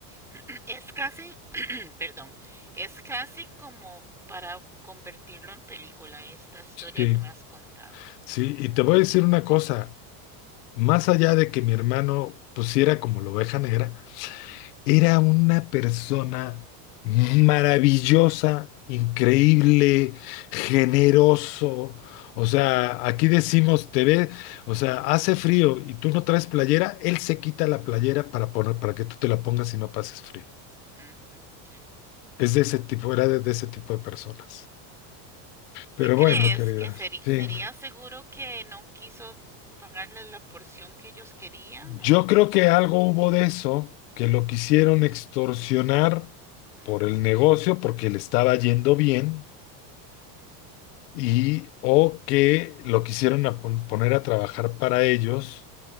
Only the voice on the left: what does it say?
Sí,
sí, y te voy a decir una cosa, más allá de que mi hermano pusiera como la oveja negra, Era una persona maravillosa, increíble, generoso. O sea, aquí decimos, te ve, o sea, hace frío y tú no traes playera, él se quita la playera para poner, para que tú te la pongas y no pases frío.
Es de ese tipo, era de, de ese tipo de personas.
Pero
bueno, querida,
sí.
Yo
creo
que algo hubo de eso, que lo quisieron extorsionar
por el negocio, porque le estaba yendo bien
y o que lo quisieron a pon- poner a trabajar para ellos